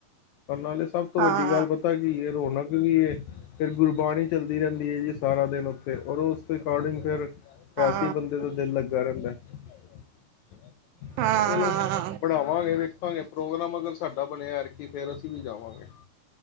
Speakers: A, on the left (about 90°); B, on the right (about 80°).
A: ਪਰ ਨਾਲੇ ਸਭ ਤੋਂ
B: ਹਾਂ
A: ਵੱਡੀ ਗੱਲ ਪਤਾ ਕੀ ਏ ਰੌਣਕ ਵੀ ਏ। ਫਿਰ ਗੁਰਬਾਣੀ ਚੱਲਦੀ ਰਹਿੰਦੀ ਏ ਜੀ ਸਾਰਾ ਦਿਨ ਔਥੇ ਔਰ ਉਸ ਦੇ ਅਕੋਡਿੰਗ ਫਿਰ ਵੈਸੇ
B: ਹਾਂ
A: ਈ ਬੰਦੇ ਦਾ ਦਿਲ ਲੱਗਾ ਰਹਿੰਦੈ। <unintelligible>
B: ਹਾਂ
A: ਚਲੋ
B: ਹਾਂ
A: ਪੜ੍ਹਾਵਾਂਗੇ ਭਾਵੇਂ ਪ੍ਰੋਗਰਾਮ ਅਗਰ ਸਾਡਾ ਬਣਿਆ ਐਰ ਕੀ ਫੇਰ ਅਸੀ ਵੀ ਜਾਵਾਂਗੇ।